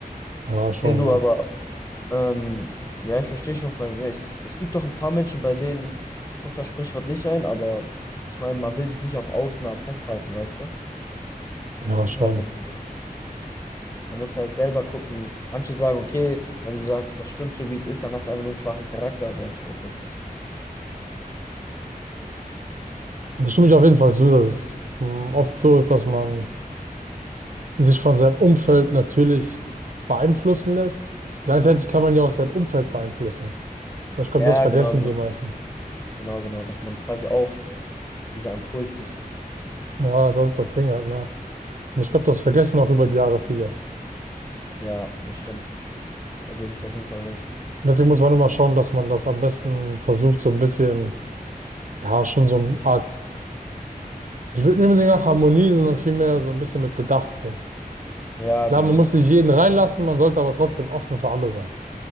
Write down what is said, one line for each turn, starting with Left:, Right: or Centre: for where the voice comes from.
Right: Ja, schon,
Left: Nee, du,
Right: ne?
Left: aber ähm, ja, ich verstehe schon, was du sagst. Ja, Es, es gibt doch ein paar Menschen, bei denen trifft das Sprichwort nicht ein, aber ich meine, man will sich nicht auf Ausnahmen festhalten, weißt du?
Right: Ja,
Left: Das
Right: schon.
Left: ist halt so. Man muss halt selber gucken. Manche sagen, okay, wenn du sagst, das stimmt so, wie es ist, dann hast du einfach nur einen schwachen Charakter, aber ich glaube das nicht.
Right: Und da stimme ich auf jeden Fall zu, dass es mm, oft so ist, dass man sich von seinem Umfeld natürlich beeinflussen lässt. Gleichzeitig kann man ja auch sein Umfeld beeinflussen. Aber ich glaube,
Left: Ja,
Right: das vergessen
Left: genau, genau.
Right: die meisten.
Left: Genau, genau. Dass man quasi auch dieser Impuls ist.
Right: Ja, das ist das Ding halt, ne? Und ich glaube, das vergessen auch über die Jahre viele.
Left: Ja, das stimmt. Da gebe ich dir auf jeden Fall recht.
Right: Und deswegen muss man immer schauen, dass man das am besten versucht, so ein bisschen, ja, schon so eine Art, ich würde nicht unbedingt nach Harmonie, sondern vielmehr so ein bisschen mit Bedacht, so.
Left: Ja,
Right: Klar,
Left: genau.
Right: man muss nicht jeden reinlassen, man sollte aber trotzdem offen für alle sein.